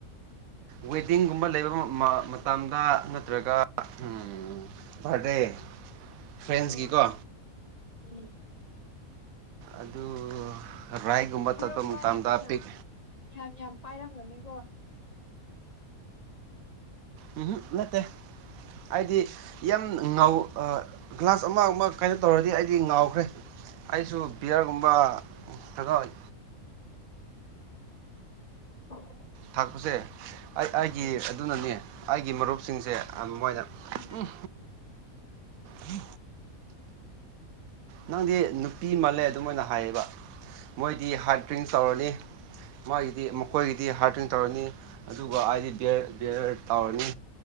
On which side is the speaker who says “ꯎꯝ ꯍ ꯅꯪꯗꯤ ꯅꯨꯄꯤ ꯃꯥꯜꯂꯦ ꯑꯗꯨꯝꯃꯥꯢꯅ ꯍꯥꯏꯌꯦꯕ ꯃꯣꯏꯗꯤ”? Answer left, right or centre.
Right